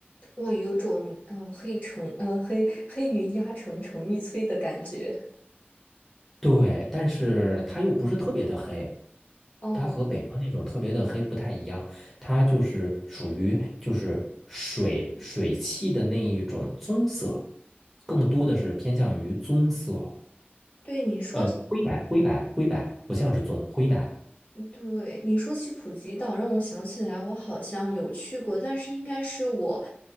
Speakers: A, on the left; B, in the centre.
A: 哇，有种嗯、呃黑城呃黑黑云压城城欲摧的感觉。
B: 对，但是它又不是特别的黑，
A: 哦，
B: 它和北方那种特别的黑不太一样，它就是属于就是水水汽的那一种棕色，更多的是偏向于棕色。
A: 对，你说起。
B: 呃，灰白，灰白，灰白，不像是棕，灰白。
A: 对，你说起普吉岛，让我想起来，我好像有去过，但是应该是我